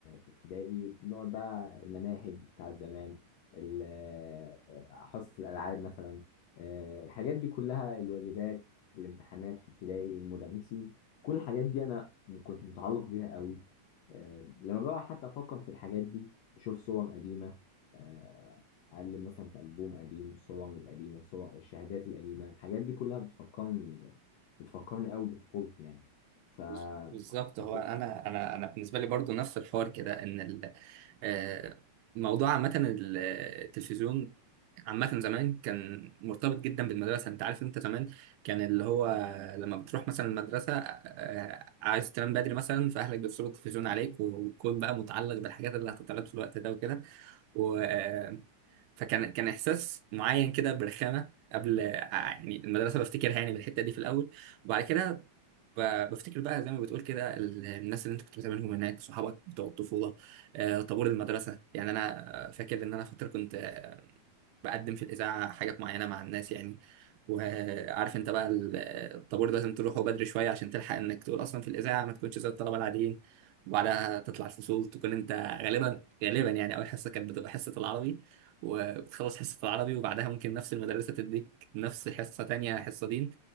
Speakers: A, on the left; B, on the right.
A: في ابتدائي بنقعد بقى المناهج بتاعت زمان ال- حصص الالعاب مثلا آه، الحاجات دي كلها الواجبات الامتحانات في ابتدائي المدرسين كل الحاجات دي انا كنت متعلق بيها قوي آه، لما بقى حتى افكر في الحاجات دي اشوف صور قديمه آه، اعلم مثلا في البوم قديم الصور القديمه صور الشهادات القديمه الحاجات دي كلها بتفكرني وتفكرني قوي بطفولتي يعني ف
B: بز- بالظبط هو
A: فكو-
B: انا انا انا بالنسبه لي برضو نفس الحوار كده ان ال- آه، موضوع عامه ال- آه، التلفزيون عامه زمان كان مرتبط جدا بالمدرسه انت عارف انت زمان كان اللي هو لما بتروح مثلا المدرسه آه، آه، عايز تنام بدري مثلا فاهلك بيصوروا التلفزيون عليك وتكون بقى متعلق بالحاجات اللي هتتعرض في الوقت ده وكده و آه، فكان كان احساس معين كده برخامه قبل آه، يعني المدرسه بفتكرها يعني بالحته دي في الاول وبعد كده ب- بفتكر بقى زي ما بتقول كده ال- الناس اللي انت كنت بتقابلهم هناك صحابك بتوع الطفوله آه، طابور المدرسه يعني انا آه، فاكر ان انا فتره كنت بقدم في الاذاعه حاجات معينه مع الناس يعني وعارف انت بقى ال- الطابور ده لازم تروحه بدري شويه عشان تلحق انك تقول اصلا في الاذاعه ما تكونش زي الطلبه العاديين وبعدها تطلع الفصول تكون انت غالبا غالبا يعني اول حصه كانت بتبقى حصه العربي وبتخلص حصه العربي وبعدها ممكن نفس المدرسه تديك نفس حصه تانية حصه دين